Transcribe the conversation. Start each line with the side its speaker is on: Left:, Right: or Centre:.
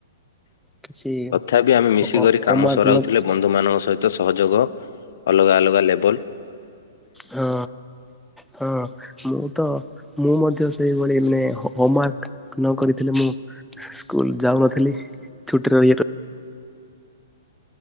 Centre: କିଛି
Left: ତଥାପି ଆମେ ମିଶିକରି
Centre: ହ
Left: କାମ
Centre: ହୋମୱାର୍କ
Left: ସରାଉଥିଲେ
Centre: ନ
Left: ବ ବନ୍ଧୁ ମାନଙ୍କ ସହିତ ସହଯୋଗ ଅଲଗା ଅଲଗା ଲେବଲ୍
Centre: ହଁ ହଁ। ମୁଁ ତ ମୁଁ ମଧ୍ୟ ସେଇଭଳି ମାନେ ହୋମୱାର୍କ ନକରିଥିଲି ମୁଁ ସ୍କୁଲ୍ ଯାଉନଥିଲି ଛୁଟିରେ ର